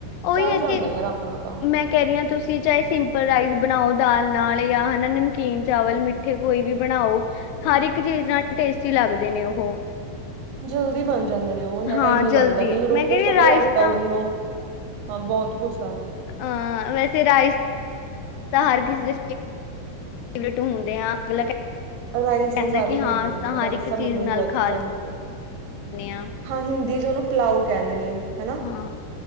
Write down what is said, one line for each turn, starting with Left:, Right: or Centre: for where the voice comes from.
Left: ਉਹੀ
Right: ਚੱਲ
Left: ਹੈ ਕਿ
Right: ਜਾਂਦਾ ਯਾਰ ਆਪਣਾ ਤਾਂ
Left: ਮੈਂ ਕਹਿ ਰਹੀ ਹਾਂ ਤੁਸੀਂ ਚਾਹੇ ਸਿੰਪਲ ਰਾਈਸ ਬਣਾਓ ਦਾਲ ਨਾਲ ਜਾਂ ਹੈਨਾ ਨਮਕੀਨ ਚਾਵਲ ਮਿੱਠ ਮਿੱਠੇ ਕੋਈ ਵੀ ਬਣਾਓ ਹਰ ਇੱਕ ਚੀਜ਼ ਨਾਲ ਟੇਸਟੀ ਲੱਗਦੇ ਨੇ ਉਹ।
Right: ਜਲਦੀ ਬਣ ਜਾਂਦੇ ਨੇ ਉਹ ਇੰਨਾ
Left: ਹਾਂ
Right: ਟਾਈਮ ਨਹੀ ਲੱਗਦਾ।
Left: ਜਲਦੀ
Right: ਨਾਲੇ ਰੋਟੀ
Left: ਮੈਂ ਕਹਿੰਦੀ
Right: ਚ ਤਾਂ ਪਹਿਲਾਂ
Left: ਰਾਈਸ
Right: ਆਟਾ
Left: ਤਾਂ
Right: ਗੁਨੋ, ਹਾਂ ਬਹੁਤ ਕੁਛ ਆ।
Left: ਅਹ ਵੈਸੇ ਰਾਈਸ ਤਾਂ ਹਰ ਕਿਸੇ ਦੇ ਫੇਵਰੇਟ ਹੁੰਦੇ ਆ ਮਤਲਬ ਕਿ ਕਹਿੰਦਾ
Right: ਰਾਈਸ ਤਾਂ ਸਾਰੇ
Left: ਕਿ
Right: ਹੀ
Left: ਹਾਂ
Right: ਖਾਂਦੇ
Left: ਅਸੀਂ
Right: ਨੇ
Left: ਤਾਂ
Right: ਰਾਈਸ
Left: ਹਰ ਇੱਕ ਚੀਜ਼
Right: ਮੈਨੂੰ ਵੀ
Left: ਨਾਲ
Right: ਬਹੁਤ
Left: ਖਾ
Right: ਪਸੰਦ
Left: ਲ
Right: ਨੇ।
Left: <unintelligible>
Right: ਹਾਂ ਹਿੰਦੀ ਚ ਉਹਨੂੰ ਪਲਾਓ ਕਹਿੰਦੇ ਨੇ। ਹਨਾ
Left: ਹਾਂ